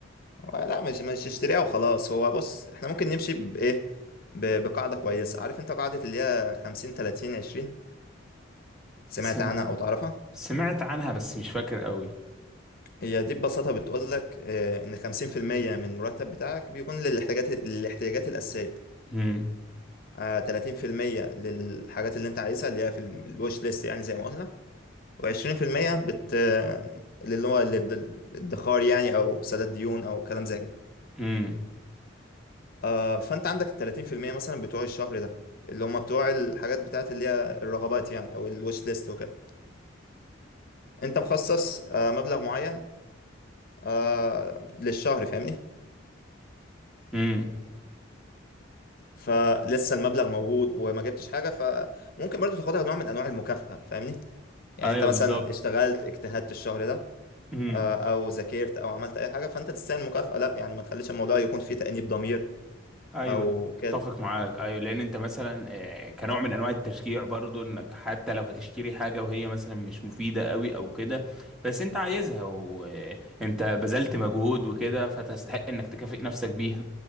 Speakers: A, on the left; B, in the centre.
A: لا مش مش اشتريها وخلاص هو بص احنا ممكن نمشي بايه ب- بقاعده كويسه عارف انت قاعده اللي هي 50 30 20 سمعت
B: إيه
A: عنها او تعرفها
B: سمعت عنها بس مش فاكر قوي
A: هي دي ببساطة بتقول لك آه، إن خمسين في المية من المرتب بتاعك بيكون للاحتياجات الاحتياجات الأساسية
B: امم
A: آه، تلاتين في المية للحاجات اللي أنت عايزها اللي هي في الوش ليست يعني زي ما قلنا وعشرين في المية بت آه، اللي هو للد- الادخار يعني أو سداد ديون أو كلام زي كده
B: امم
A: آه، فأنت عندك التلاتين في المية مثلا بتوع الشهر ده اللي هم بتوع الحاجات بتاعت اللي هي الرغبات يعني أو الوش ليست وكده أنت مخصص آه، مبلغ معين آه، للشهر فاهمني
B: امم
A: فلسه المبلغ موجود وما جبتش حاجه فممكن برضو تاخدها نوع من انواع المكافاه فاهمني يعني
B: ايوه
A: انت مثلا
B: بالظبط
A: اشتغلت اجتهدت الشهر ده
B: امم
A: آه، او ذاكرت او عملت اي حاجه فانت تستاهل مكافاه لا يعني ما تخليش الموضوع يكون فيه تانيب ضمير
B: ايوه
A: او كده
B: اتفق معاك ايوه لان انت مثلا آه، كنوع من انواع التشجيع برضو انك حتى لو هتشتري حاجه وهي مثلا مش مفيده قوي او كده بس انت عايزها وانت بذلت مجهود وكده فتستحق انك تكافئ نفسك بيها